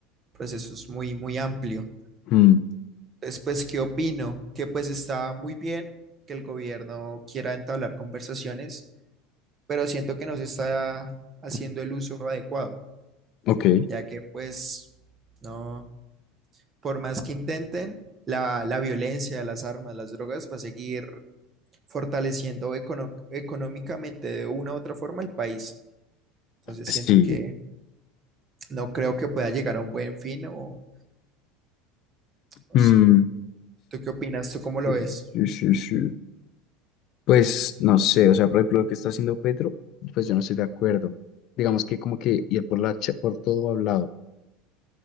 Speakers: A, on the right; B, on the left.
A: proceso es muy, muy amplio.
B: Mm,
A: Entonces pues, ¿qué opino? Que pues está muy bien que el gobierno quiera entablar conversaciones, pero siento que no se está haciendo el uso adecuado,
B: ok,
A: ya que pues no. por más que intenten, la, la violencia, las armas, las drogas va a seguir fortaleciendo econo- económicamente de una u otra forma el país. Entonces
B: sí.
A: siento que no creo que pueda llegar a un buen fin o no
B: Mm,
A: sé. ¿Tú qué opinas? ¿Tú cómo lo
B: eh,
A: ves?
B: sí, sí, sí. Pues no sé, o sea, por ejemplo, lo que está haciendo Petro, pues yo no estoy de acuerdo. Digamos que como que ir por la, cha- por todo hablado.